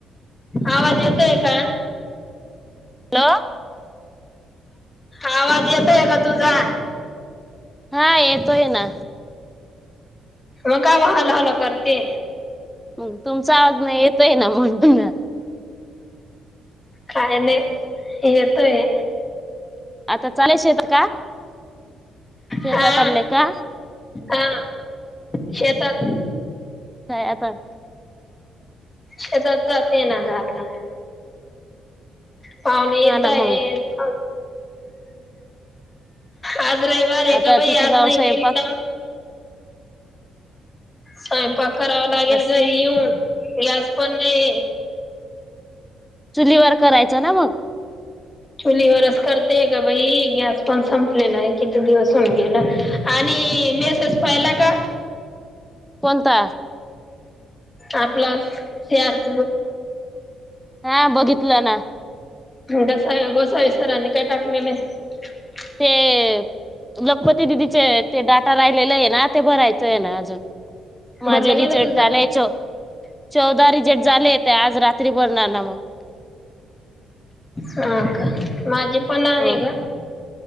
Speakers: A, on the left (about 20°); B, in the centre.
A: आवाज येतोय का?
B: हॅलो!
A: आवाज येतोय का तुझा?
B: हा येतोय ना.
A: मग काव हॅलो, हॅलो करते.
B: मग तुमचा आवज न येतोय ना म्हणून.
A: काय नाही येतोय.
B: आता चालेय शेतात का? शेतात
A: हा
B: चालले का?
A: हा शेतात.
B: काय आता?
A: शेतात जाते ना ग आता. पाहुणे येत
B: हा ना
A: आहेत.
B: मग
A: आज रविवार आहे
B: आता
A: गं बाई
B: तिथं
A: आज
B: जाऊन
A: नाही
B: स्वयंपाक
A: गेली का? स्वयंपाक करावं लागेल
B: बस
A: घरी येऊन. गॅस पण नाही.
B: चुलीवर करायचं ना मग.
A: चुलीवरच करते ग बाई गॅस पण संपलेला आहे. किती दिवस होऊन गेलं आणि मेसेज पाहिला का?
B: कोणता?
A: आपला. <inaudible>
B: हा बघितलं ना.
A: गस गोसावी सरांनी काय टाकलेलं आहे
B: ते.. लखपती दिदीचे ते डाटा राहिलेले आहे ना ते भरायचं आहे ना अजून माझं
A: भरलं गेलं
B: रिजेक्ट
A: तुझं
B: झाले चौदा चौदा रिजेक्ट झाले ते आज रात्री भरणार ना मग-
A: हो का माझे पण आहे
B: हो
A: ग.